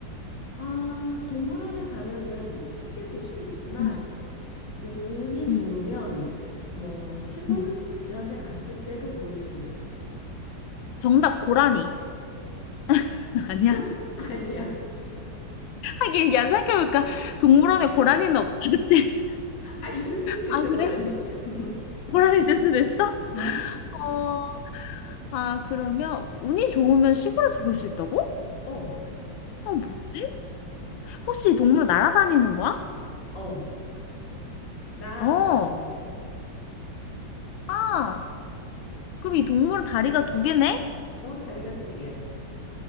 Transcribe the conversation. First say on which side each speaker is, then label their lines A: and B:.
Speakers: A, on the left; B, on the left.
A: 아, 동물원에 가면은 쉽게 볼 수 있지만
B: 응,
A: 운이 좋으면
B: 응,
A: 뭐 시골
B: 응.
A: 이런 데 갔을 때도 볼 수 있어.
B: 정답, 고라니. <laughs> 아니야?
A: <laughs> 아니야.
B: 하긴, 야, 생각해니까 동물원에 고라니는 없다, 그치?
A: 아, 있을 수도 있어,
B: <laughs> 아, 그래?
A: 고라니. <laughs> 음.
B: 고라니 있을 수도 있어?
A: 음.
B: 어, 아, 그러면 운이 좋으면 시골에서 볼 수 있다고?
A: 어,
B: 어, 뭐지? 혹시 이 동물 날아다니는 거야?
A: 어. 날아다녀.
B: 어, 아, 그럼 이 동물은 다리가 두 개네?
A: 어, 다리가 두 개야.